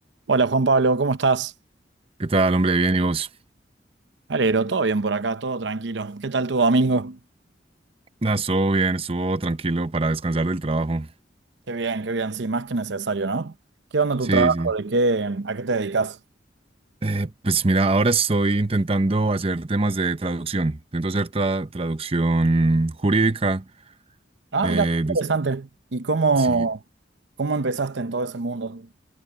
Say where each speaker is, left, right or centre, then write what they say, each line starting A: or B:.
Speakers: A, on the right; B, on the right.
A: Hola Juan Pablo, ¿cómo estás?
B: ¿Qué tal, hombre? Bien, ¿y vos?
A: Alegro, todo bien por acá, todo tranquilo. ¿Qué tal tu domingo?
B: Nada, estuvo bien, estuvo tranquilo para descansar del trabajo.
A: Qué bien, qué bien, sí, más que necesario, ¿no? ¿Qué onda tu
B: Sí,
A: trabajo?
B: sí.
A: ¿De qué, a qué te dedicas?
B: Eh, pues mira, ahora estoy intentando hacer temas de traducción. Intento hacer tra- traducción jurídica.
A: Ah,
B: Eh,
A: mira, qué
B: des-
A: interesante. ¿Y cómo,
B: sí.
A: cómo empezaste en todo ese mundo?